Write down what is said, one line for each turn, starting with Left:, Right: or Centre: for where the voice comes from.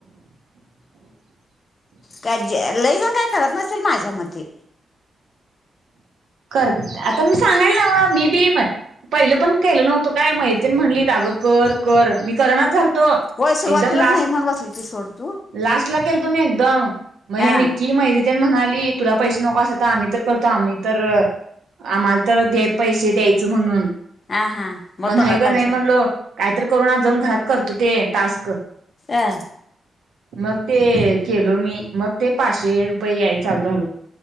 Left: का ज लय जन काय करत नसतील माझ्या मते.
Right: करत आता मी सांगायले नव्ह म मी बी म पहिलं पण केलं नव्हतं काय मैत्रीण म्हणली आगं कर कर, मी करनाच झाल त
Left: होय सुरुवातीलाच
Right: एकदम लास्ट
Left: नाही म्हणून बसली ती सोड तू
Right: लास्ट ला केलतो मी एकदम, मग
Left: हा
Right: हे निक्की, मयरी तेन म्हणाली तुला पैसे नको असले तर आम्ही तर करतो आम्ही तर आम्हाला तर दे पैसे द्याय च म्हणून,
Left: हा हा मग
Right: म नाही
Left: तोंडाला
Right: ग
Left: पाणी
Right: नाही
Left: सुटलं
Right: म्हणलो कायतर करुन आज जाऊन घरात करतो ते टास्क.
Left: अ
Right: मग ते केलो मी, मग ते पाचशे रुपये याय चालू झालो.